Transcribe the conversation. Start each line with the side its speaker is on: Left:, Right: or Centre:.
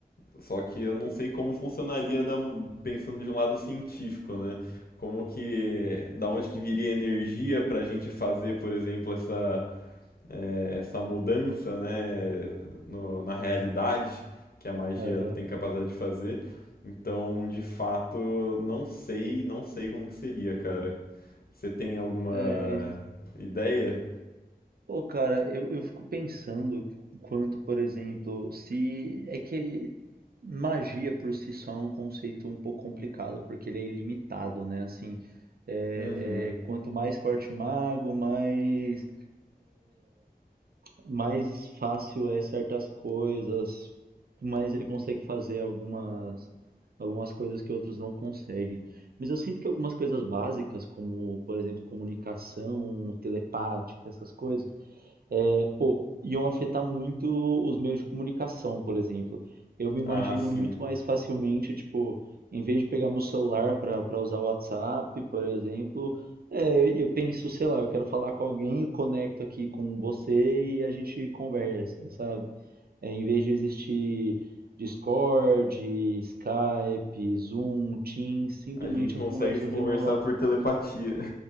Left: Só que eu não sei como funcionaria da- pensando de um lado científico, né? Como que, da onde que viria energia para a gente fazer, por exemplo, essa é, essa mudança, né, no- na realidade que a magia
Right: Aham.
Left: tem capacidade de fazer. Então, de fato, não sei, não sei como que seria, cara. Você tem alguma
Right: É,
Left: ideia?
Right: pô, cara, eu, eu fico pensando o quanto, por exemplo, se é que magia por si só é um conceito um pouco complicado, porque ele é ilimitado, né? Assim, é,
Left: Uhum.
Right: é, quanto mais forte o mago, mais mais fácil é certas coisas, mas ele consegue fazer algumas, algumas coisas que outros não conseguem. Mas eu sinto que algumas coisas básicas, como, por exemplo, comunicação telepática, essas coisas, é, pô, iam afetar muito os meios de comunicação, por exemplo. Eu me imagino
Left: Ah, sim.
Right: muito mais facilmente, tipo, em vez de pegar meu celular para para usar o WhatsApp, por exemplo, é, eu penso, sei lá, eu quero falar com alguém, conecto aqui com você e a gente conversa, sabe? É, em vez de existir Discord, Skype, Zoom, Teams, simplesmente
Left: A gente consegue
Right: as conversas
Left: se conversar
Right: iam rolar.
Left: por telepatia. <laughs>